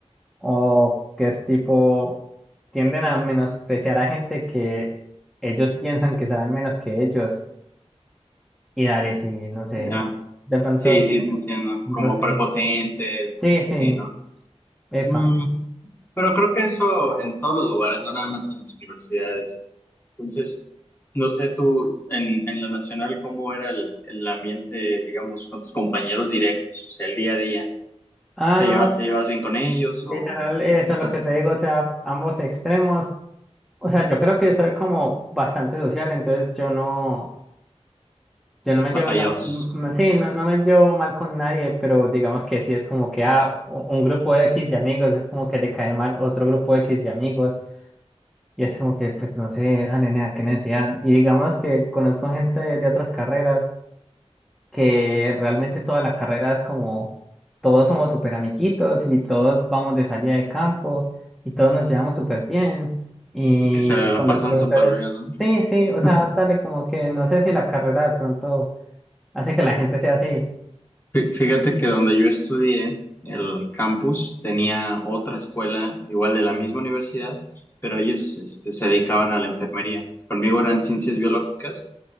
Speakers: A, in the centre; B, on the left.
A: o que es tipo, tienden a menospreciar a gente que ellos piensan que saben menos que ellos. Y dale, sí, no sé,
B: ya.
A: de pronto
B: Sí, sí,
A: como
B: te
A: que
B: entiendo,
A: un
B: como
A: roce.
B: prepotentes,
A: Sí, sí,
B: sí, ¿no?
A: epa.
B: Mm, pero creo que eso en todos los lugares, no nada más en las universidades. Entonces, no sé tú, en, en la nacional, ¿cómo era el, el ambiente, digamos, con tus compañeros directos, o sea, el día a día?
A: Ah,
B: ¿Te
A: no,
B: lleva- te llevas bien con ellos
A: literal,
B: o
A: eso
B: qué
A: es
B: tal?
A: lo que te digo, o sea, ambos extremos. O sea, yo creo que soy como bastante social, entonces yo no. Yo no me
B: Batallados.
A: llevo na- mm, mm, sí, no, no me llevo mal con nadie, pero digamos que sí es como que ah, u- un grupo de X de amigos es como que le cae mal otro grupo de X de amigos y es como que pues no sé, ah, nena, qué necesidad. Y digamos que conozco gente de, de otras carreras que realmente toda la carrera es como todos somos súper amiguitos y todos vamos de salida de campo y todos nos llevamos súper bien. Y
B: que se la
A: con
B: pasan
A: los profesores,
B: súper bien,
A: sí, sí, o sea,
B: ¿no? <laughs>
A: dale, como que no sé si la carrera de pronto hace que la gente sea así.
B: Fí- Fíjate que donde yo estudié, el campus tenía otra escuela, igual de la misma universidad, pero ellos este, se dedicaban a la enfermería. Conmigo eran ciencias biológicas